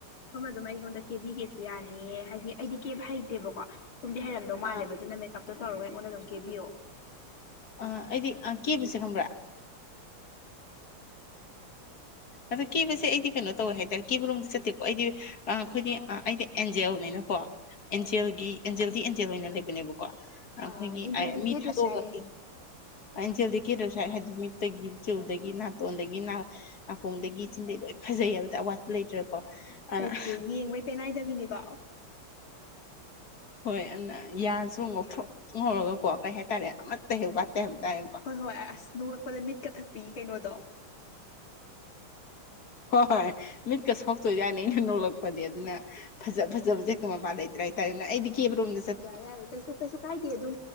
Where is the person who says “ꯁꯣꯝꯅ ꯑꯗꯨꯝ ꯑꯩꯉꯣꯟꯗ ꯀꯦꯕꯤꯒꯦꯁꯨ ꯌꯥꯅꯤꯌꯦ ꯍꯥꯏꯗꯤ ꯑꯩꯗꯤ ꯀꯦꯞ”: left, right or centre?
Left